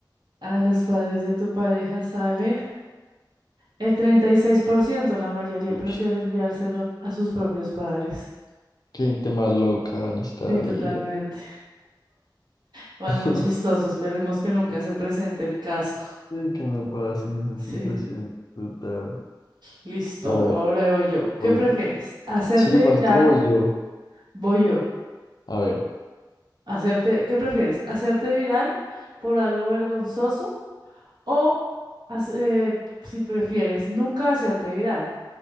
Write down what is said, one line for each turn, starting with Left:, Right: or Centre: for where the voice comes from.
Right: A los padres de tu pareja sale. El 36%, la mayoría
Left: Uy,
Right: prefiere enviárselo a sus propios padres.
Left: qué gente más loca en esta
Right: Sí, totalmente.
Left: vida.
Right: Igual
Left: <laughs>
Right: muy chistoso. Esperemos que nunca se presente el caso. <laughs>
Left: Sí, que me pasa en esa
Right: Sí,
Left: situación brutal.
Right: listo.
Left: A Mm, ver,
Right: Ahora voy yo.
Left: voy.
Right: ¿Qué prefieres? ¿Hacerte
Left: Sí, vas
Right: viral?
Left: tú, o voy yo.
Right: Voy yo.
Left: A ver.
Right: ¿Hacerte, qué prefieres? ¿Hacerte viral por algo vergonzoso o hac- eh, si prefieres nunca hacerte viral?